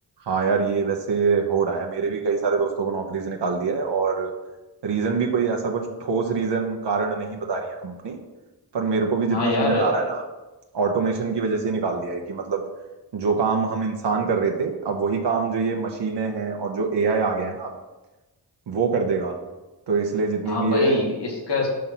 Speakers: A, on the right; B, on the left.
A: हाँ यार ये वैसे हो रहा है मेरे भी कई सारे दोस्तों को नौकरी से निकाल दिया है और रीजन भी कोई ऐसा कुछ ठोस रीजन कारण नहीं बता रही है कंपनी पर मेरे को भी जितना
B: हाँ यार
A: सुनने में आ रहा है ना ऑटोमेशन की वजह से ही निकाल दिया है कि मतलब जो काम हम इंसान कर रहे थे अब वही काम जो ये मशीनें हैं और जो एआई आ गया है ना अब वो कर देगा तो इसलिए जितनी
B: हाँ
A: भी
B: भाई
A: ये
B: इसका